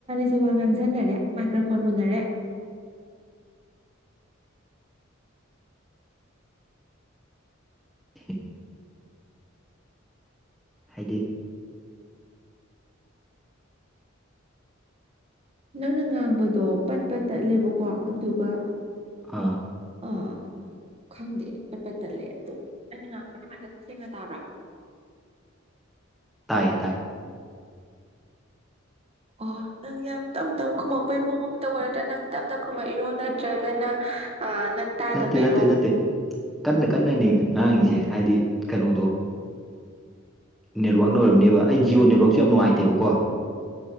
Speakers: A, on the right; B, in the centre.
A: ꯁꯤ ꯋꯥ ꯉꯥꯡꯁꯤꯟꯅꯔꯦ ꯃꯥꯏꯀ꯭ꯔꯣꯐꯣꯟ ꯃꯨꯅꯔꯦ
B: ꯊꯦ ꯍꯥꯏꯗꯤ
A: ꯅꯪꯅ ꯉꯥꯡꯕꯗꯣ ꯄꯠꯄ ꯇꯠꯂꯦꯕꯀꯣ ꯑꯗꯨꯒ
B: ꯑꯥ
A: ꯑꯥ ꯈꯪꯗꯦ ꯄꯠꯄ ꯇꯠꯂꯦ ꯑꯗꯣ ꯑꯩꯅ ꯉꯥꯡꯕꯅꯦ ꯐꯖꯅ ꯁꯦꯡꯅ ꯇꯥꯕ꯭ꯔꯥ
B: ꯇꯥꯏ ꯇꯥꯏ
A: ꯑꯣ ꯅꯪ ꯌꯥꯝ ꯇꯞ ꯇꯞ ꯈꯨꯝꯃꯛꯄꯩ ꯃꯑꯣꯡ ꯑꯃꯇꯧꯕ ꯅꯠꯇ꯭ꯔꯥ ꯅꯪ ꯇꯞꯅ ꯈꯨꯝꯃꯛꯏꯔꯣ ꯅꯠꯇ꯭ꯔꯒꯅ ꯑꯥ ꯅꯪ ꯇꯥꯗꯕꯩꯔꯣ
B: ꯅꯠꯇꯦ ꯅꯠꯇꯦ ꯅꯠꯇꯦ ꯀꯟꯅ ꯀꯟꯅꯅꯤ ꯉꯥꯡꯉꯤꯁꯦ ꯍꯥꯏꯗꯤ ꯀꯩꯅꯣꯗꯣ ꯅꯦꯠꯋꯥꯛꯅ ꯑꯣꯏꯔꯝꯅꯦꯕ ꯑꯩ ꯖꯤꯌꯑꯣ ꯅꯦꯠꯋꯥꯛꯁꯨ ꯌꯥꯝ ꯅꯨꯡꯉꯥꯏꯇꯦꯕꯀꯣ